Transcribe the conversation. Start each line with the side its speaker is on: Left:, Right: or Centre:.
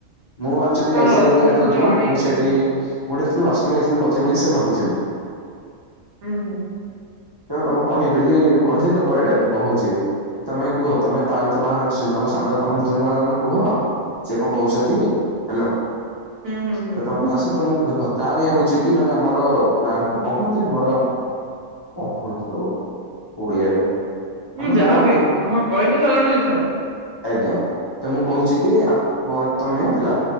Left: ମୁଁ ସେଟୁ
Right: ହଁ
Left: ଯାଇଥିଲୁ
Right: ହଉ
Left: ଗୋଟେ ଜାଗାକୁ
Right: ମୁଁ ଜଣେଇବି
Left: ମୁଁ ସେଇଟି
Right: ହୁଁ
Left: ମୁଁ ଏଇଟି ଆସଥିଲି
Right: ହୁଁ
Left: ୱାସରୁମ୍ ଯାଇଥିଲି ମୁଁ ବସିପଇଲି ସେ ଭାବୁଥିଲି।
Right: ହୁଁ ହୁଁ।
Left: ତେଣୁ ତମୁକୁ କହିବି ବେଲି କହିଚି ତ ବେ ଏବେ କହୁଚି। ତମେ କୁହ ତମେ ତାଙ୍କ ବାହାଘର ସରି ତମ ସାଙ୍ଗ ତମ ମିତ୍ରଙ୍କ ଆଗ ତମେ କୁହ। ସେ କଣ କହୁସନ୍ତି ହାଲୋ
Right: ହୁଁ ହୁଁ
Left: କେତବଳେ ତମେ ଆସ। ତମୁକୁ ଦେଖ ତାହାନେ ହଉଚି କି ମାନେ ଆମର ପ୍ଲାନ କୁ କଣ କହନ୍ତି ଆମର କଣ କହନ୍ତି ତକୁ ଓଡିଆରେ? ଆମର
Right: ହୁଁ ଯାହାବି
Left: କଣ କୁହ
Right: ହଁ ହଁ କହି ତ ସାଇଲଣି ଦିଥର।
Left: ଆଜ୍ଞା ତ ମୁଁ କହୁଚି କି ଆପ ତମେ ହେଲା